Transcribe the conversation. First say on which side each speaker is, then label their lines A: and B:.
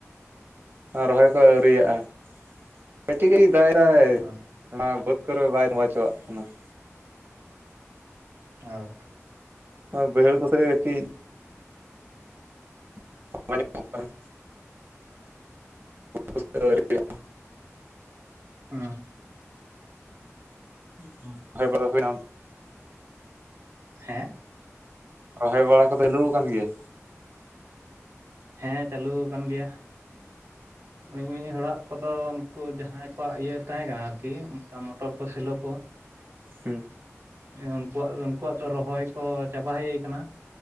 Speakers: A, on the right (about 45°); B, on the right (about 65°).
A: ᱨᱚᱦᱚᱭ ᱠᱚ ᱟᱹᱣᱨᱤᱟᱜ-ᱟ ᱾ ᱠᱟᱹᱴᱤᱡ ᱠᱟᱴᱤᱡ ᱫᱟᱜ ᱮᱫᱟᱭ
B: ᱚ
A: ᱱᱚᱣᱟ ᱵᱟᱹᱫᱽ ᱠᱚᱨᱮ ᱵᱟᱭ ᱛᱚᱸᱵᱟ ᱪᱚᱣᱟᱜ ᱠᱟᱱᱟ ᱾
B: ᱚ
A: ᱦᱚ ᱵᱟᱹᱭᱦᱟᱹᱲ ᱠᱚ ᱥᱮ ᱠᱟᱴᱤᱡ <unintelligible>
B: ᱦᱩᱸ
A: <unintelligible>
B: ᱦᱮᱸ
A: ᱨᱚᱦᱚᱭ ᱵᱟᱲᱟ ᱠᱚᱫᱚ ᱪᱟᱞᱩ ᱟᱠᱟᱱ ᱜᱮᱭᱟ?
B: ᱦᱮᱸ ᱪᱟᱹᱞᱩ ᱟᱠᱟᱱ ᱜᱮᱭᱟ ᱢᱤ ᱢᱤᱫ ᱦᱚᱲᱟᱜ ᱠᱚᱫᱚ ᱩᱱᱠᱩ ᱡᱟᱦᱟᱸᱭ ᱟᱠᱚᱣᱟᱜ ᱤᱭᱟᱹ ᱛᱟᱦᱮᱸ ᱠᱟᱱᱟ ᱟᱨᱠᱤ ᱚᱱᱠᱟ ᱢᱚᱴᱚᱨ ᱠᱚ ᱥᱮᱞᱳ ᱠᱚ ᱾
A: ᱦᱩᱸ
B: ᱩᱱᱠᱩᱣᱟᱜ ᱩᱱᱠᱩᱣᱟᱜ ᱫᱚ ᱨᱚᱦᱚᱭ ᱠᱚ ᱪᱟᱵᱟ ᱦᱮᱡ ᱠᱟᱱᱟ ᱾